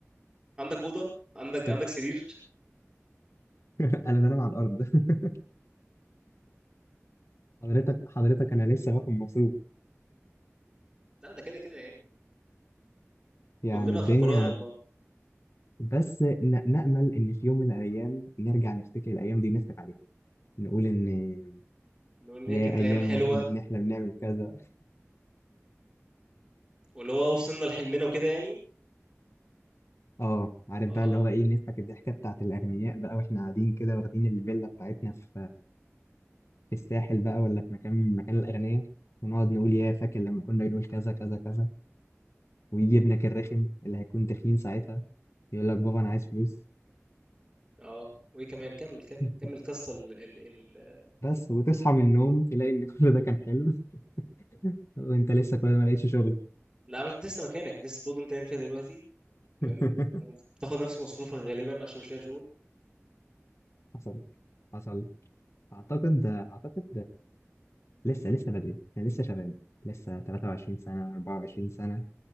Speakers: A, on the right; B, on the left.
A: عندك أوضة عندك
B: بس
A: عندك سرير
B: <laughs> انا بنام على الارض <laughs> حضرتك حضرتك انا لسه باخد مصروف
A: لا ده كده كده يعني
B: يعني
A: كلنا
B: الدنيا
A: فقراء إلى الله
B: بس ن- نأمل ان في يوم من الايام نرجع نفتكر الايام دي نضحك عليها نقول ان
A: لو إن
B: يا
A: هي كانت
B: ايام
A: أيام حلوة
B: ما كنا بنحلم نعمل كذا
A: واللي هو وصلنا لحلمنا وكده يعني
B: اه عارف
A: اه
B: بقى اللي هو ايه نضحك الضحكه بتاعت الاغنياء بقى واحنا قاعدين كده واخدين الفيلا بتاعتنا في في الساحل بقى ولا في مكان من مكان الاغنياء ونقعد نقول يا فاكر لما كنا بنقول كذا كذا كذا ويجي ابنك الرخم اللي هيكون تخين ساعتها يقول لك بابا انا عايز فلوس
A: اه وايه كمان كمل كمل
B: <laughs>
A: كمل القصة ال ال ال
B: بس وتصحى من النوم تلاقي ان كل ده كان حلم <laughs> وانت لسه كل ده ما لقيتش شغل
A: لا ما انت لسه مكانك انت لسه في أوضة انت نايم فيها دلوقتي تمام
B: <laughs>
A: وبتاخد نفس مصروفك غالبا عشان مش لاقي شغل
B: حصل حصل اعتقد اعتقد لسه لسه بدري احنا لسه شباب لسه 23 سنة 24 سنة